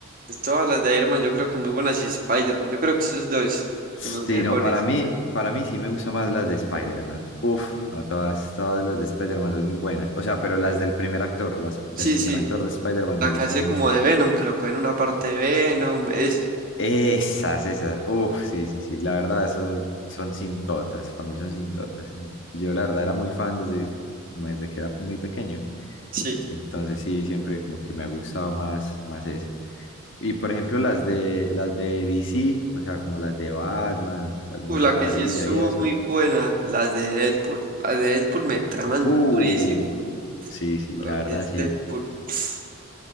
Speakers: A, on the right (about 40°); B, on the left (about 60°).
A: Pues Todas las de Iron Man yo creo que muy buenas y Spider-Man. Yo creo que esos dos,
B: Sí,
A: los mejores.
B: no, para mí, para mí sí me gustan más las de Spider-Man. Uf, no, todas, todas las de Spider-Man son muy buenas. O sea, pero las del primer actor, las del
A: Sí,
B: primer
A: sí.
B: actor de Spider-Man me
A: La
B: gustan
A: que hace
B: mucho.
A: como de Venom, que lo coge en una parte de Venom, ese.
B: Esas, esas. Uf, sí, sí, sí. La verdad, eso son sintotas. Para mí son sintotas. Y Yo la verdad era muy fan desde, como desde que era muy pequeño.
A: Sí.
B: Entonces sí, siempre como que me ha gustado más, más esa. Y por ejemplo, las de, las de DC, o sea, como las de Batman, las Mujer
A: Uh, la
B: Maravilla
A: que sí estuvo
B: y eso.
A: muy buena, las de Deadpool. Las de Deadpool me traman
B: Uh,
A: durísimo.
B: sí, sí, la
A: Lo que
B: verdad
A: es
B: sí.
A: Deadpool. <sniffs>